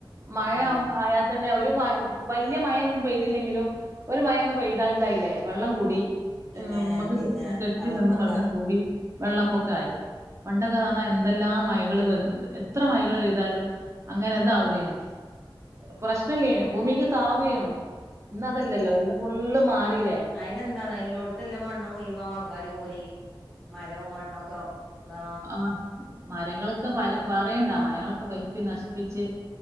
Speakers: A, on the right; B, in the centre.
A: മയാവു
B: ഉം
A: ആയാ തന്നെ ഒരു മ വല്യ മഴൊന്നും പെയ്തിയില്ലെങ്കിലും ഒരു മഴങ്ങ് പെയ്താൽ ഇതായില്ലേ വെള്ളം കൂടി
B: പിന്നെ
A: എഹ് മ്മക്ക്
B: പിന്നെ
A: കെട്ടി
B: വെള്ളപ്പൊക്കം
A: നിന്ന് വെള്ളം കൂടി വെള്ളപ്പൊക്ക ആയി പണ്ടൊക്കെന്ന് പറഞ്ഞാ എന്തെല്ലാം മഴകൾ വന് എത്ര മഴകൾ വ താലും അങ്ങനെ അതാവൂലേഞ് പ്രശ്നല്ലേനും ഭൂമിക്ക് താവൂനോ ഇന്ന് അതല്ലല്ലോ ഇന്ന് ഫുള്ള് മാറില്ലേ
B: അയിന്ന്താണ് എല്ലോടത്ത്ല്ലാം മണ്ണ് മുഴവാ ആൾക്കാര് കോരി മരവും മണ്ണൊക്കെ ആ
A: ആഹ് മരങ്ങളൊക്കെ പര് പറയണ്ട മരങ്ങളൊക്കെ വെട്ടി നശിപ്പിച്ച്